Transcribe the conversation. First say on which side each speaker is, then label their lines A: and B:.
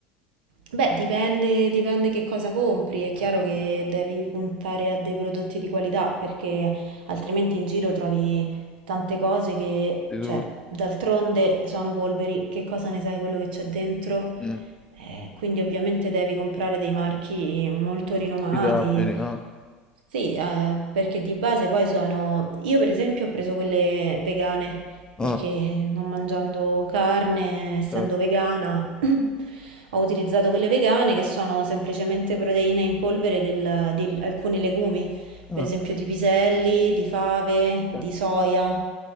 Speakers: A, on the right (about 75°); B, on the left (about 15°).
A: Beh, dipende, dipende che cosa compri. È chiaro che devi puntare a dei prodotti di qualità perché altrimenti in giro trovi tante cose che,
B: Di tutto.
A: cioè, d'altronde sono polveri. Che cosa ne sai quello che c'è dentro?
B: Mm,
A: Eh, quindi ovviamente devi comprare dei marchi molto rinomati
B: Affidabili, ah,
A: sì, eh, perché di base poi sono... Io per esempio ho preso quelle vegane, perché
B: ah,
A: non mangiando carne, essendo
B: certo,
A: vegana, <clears throat> ho utilizzato quelle vegane che sono semplicemente proteine in polvere del- di alcuni legumi
B: ah,
A: per esempio di piselli, di fave, di
B: certo,
A: soia,